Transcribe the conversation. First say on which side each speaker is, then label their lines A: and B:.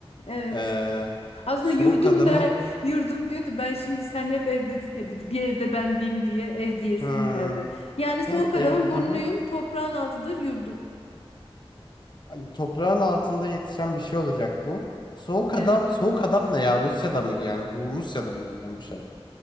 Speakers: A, on the left; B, on the left.
A: Evet.
B: Ee,
A: Aslında
B: soğuk
A: yurdum
B: adamın
A: der. Yurdum diyordu. Ben şimdi sen hep ev dedin ya bir, bir evde ben diyeyim diye ev diyesim
B: Hı.
A: geldi. Yani soğuk
B: hem ev
A: adamın
B: hı
A: burnuyum.
B: hı.
A: Toprağın altıdır yurdum.
B: Hani toprağın altında yetişen bir şey olacak bu. Soğuk
A: Evet.
B: adam, soğuk adam ne ya? Rusya'da mı yani? Bu Rusya'da mı olan bir şey?